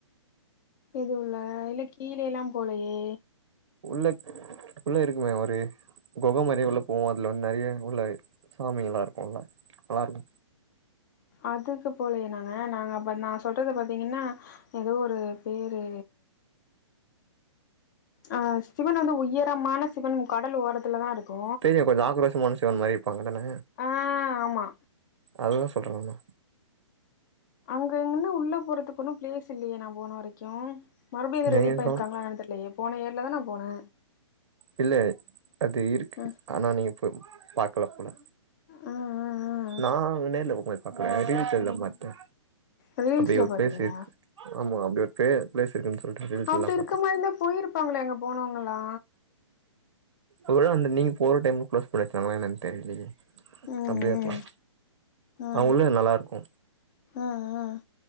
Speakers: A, on the left (about 40°); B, on the right (about 65°).
A: எதுவுல இல்ல கீழே எல்லா போலையே
B: உள்ள உள்ள இருக்குமே ஒரு குக மரிய உள்ள போவோ அதுல வந்து நெறைய உள்ள சாமி எல்லா இருக்கும்ல நல்லா இருக்கு
A: அதுக்கு போலயே நாங்க நாங்க அப்ப நா சொல்றது பாத்தீங்கன்னா ஏதோ ஒரு பேரு ஆ சிவன் வந்து உயரமான சிவன் கடல் ஓரத்துலதா இருக்கு
B: தெரியு கொஞ்சோ ஆக்ரோஷமான சிவன் மாரி இருப்பாங்க தான
A: ஆ ஆமா
B: அதுதா சொல்றே நானு
A: அங்க எங்கன்னா உள்ளே போறதுக்கு ஒன்னு ப்ளேஸ் இல்லியே நா போன வரைக்கு மறுபடியு எது
B: நீங்க
A: ரெடி பண்ணிருக்காங்ளான்
B: கவன்
A: என்னனு தெர்லயே போன இயர் ஏர்லதா நா போனே
B: இல்ல அது இருக்கு
A: ம்
B: ஆனா நீங்க போ பாக்கல போல
A: ஆ ஆ
B: நா நேர்ல போம்போது பாக்ல ரீல்ஸல்தா பாத்தே
A: ஆ ரீல்ஸ்ல
B: அப்டி ஒரு
A: பாத்தீங்களா
B: ப்ளேஸ் இருக்கு ஆமா அப்டி ஒரு பே ப்ளேஸ் இருக்குன் சொல்ட்டு ரீல்ஸ்டுலதா
A: அப்டி இருக்க
B: பாத்தே
A: மாரி இருந்தா போயிருப்பாங்களே அங்க போனவங்களா
B: ஒருவேள அந்த நீங்க போற டைம்ல க்ளோஸ் பண்ணிட்டாங்களா என்னனு தெரிலயே
A: ம்
B: அப்டிய இருக்கலா
A: ம் ஆ
B: அ உள்ள நல்லா இருக்கு
A: ஆ ஆ